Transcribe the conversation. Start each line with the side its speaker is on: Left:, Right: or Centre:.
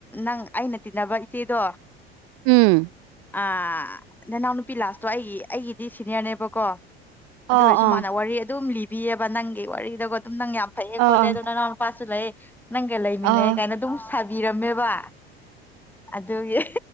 Centre: ꯅꯪ ꯑꯩꯅ ꯇꯤꯟꯅꯕ ꯏꯆꯦꯗꯣ
Right: ꯎꯝ꯫
Centre: ꯑ ꯅꯅꯥꯎ ꯅꯨꯄꯤ ꯂꯥꯛꯄꯗꯣ ꯑꯩꯒꯤ ꯑꯩꯒꯤꯗꯤ ꯁꯤꯅꯤꯌꯔꯅꯦꯕꯀꯣ
Right: ꯑꯣ
Centre: ꯑꯗꯨ ꯑꯣꯏꯔꯁꯨ
Right: ꯑꯣ
Centre: ꯃꯥꯅ ꯋꯥꯔꯤ ꯑꯗꯨꯝ ꯂꯤꯕꯤꯌꯦꯕ ꯅꯪꯒꯤ ꯋꯥꯔꯤꯗ <unintelligible> ꯑꯗꯨꯝ ꯅꯪ ꯌꯥꯝ ꯐꯩꯌꯦ
Right: ꯑꯣ
Centre: ꯈꯣꯠꯂꯦ ꯑꯗꯨ ꯅꯅꯥꯎ ꯅꯨꯄꯥꯁꯨ ꯂꯩ ꯅꯪꯒ ꯂꯩꯃꯤꯟꯅꯩ
Right: ꯑꯥ
Centre: ꯀꯥꯏꯅ ꯑꯗꯨꯝ ꯁꯥꯕꯤꯔꯝꯃꯦꯕ ꯑꯗꯨꯒꯤ